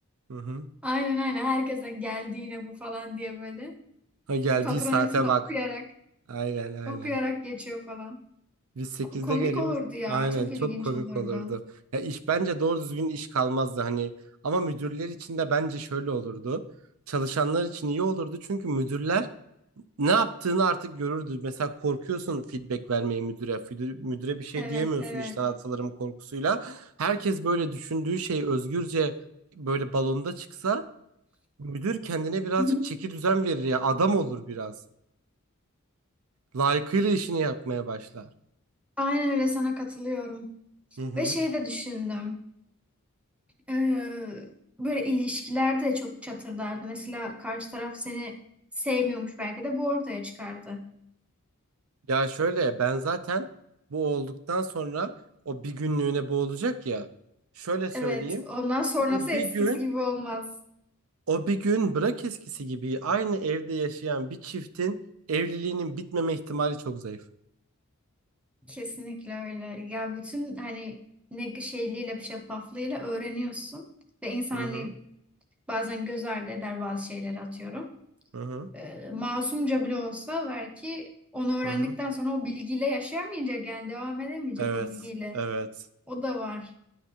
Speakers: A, on the right; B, in the centre.
A: Hı hı.
B: Aynen aynen herkese geldi yine bu falan diye böyle.
A: Ha, geldiği
B: Patron
A: saate
B: hepsini
A: bak.
B: okuyarak
A: Aynen aynen.
B: okuyarak geçiyor falan.
A: Biz sekizde
B: Ko- Komik
A: geliyoruz.
B: olurdu ya.
A: Aynen
B: Çok
A: çok
B: ilginç
A: komik
B: olurdu.
A: olurdu. Ya iş bence doğru düzgün iş kalmazdı hani. Ama müdürler için de bence şöyle olurdu. Çalışanlar için iyi olurdu çünkü müdürler ne yaptığını artık görürdü. Mesela korkuyorsun feedback vermeye müdüre. Müdür- Müdüre bir şey
B: Evet
A: diyemiyorsun
B: evet.
A: işten atılırım korkusuyla. Herkes böyle düşündüğü şey özgürce böyle balonda çıksa Müdür kendine birazcık
B: Hı hı.
A: çeki düzen verir ya. Adam olur biraz. Layıkıyla işini yapmaya başlar.
B: Aynen öyle sana katılıyorum.
A: Hı hı.
B: Ve şey de düşündüm. Ee, böyle ilişkilerde de çok çatırdardı. Mesela karşı taraf seni sevmiyormuş belki de bu ortaya çıkardı.
A: Ya şöyle ben zaten bu olduktan sonra o bir günlüğüne bu olacak ya. Şöyle söyleyeyim.
B: Evet, ondan sonrası
A: O bir
B: eskisi
A: gün
B: gibi olmaz.
A: o bir gün bırak eskisi gibi aynı evde yaşayan bir çiftin evliliğinin bitmeme ihtimali çok zayıf.
B: Kesinlikle öyle. Ya bütün hani ne şeyliğiyle, şeffaflığıyla öğreniyorsun. Ve insan
A: Hı
B: hani
A: hı.
B: bazen göz ardı eder bazı şeyleri atıyorum.
A: Hı hı.
B: Ee, masumca bile olsa belki onu
A: Hı
B: öğrendikten
A: hı.
B: sonra o bilgiyle yaşayamayacak yani devam edemeyecek
A: Evet.
B: o bilgiyle.
A: Evet.
B: O da var.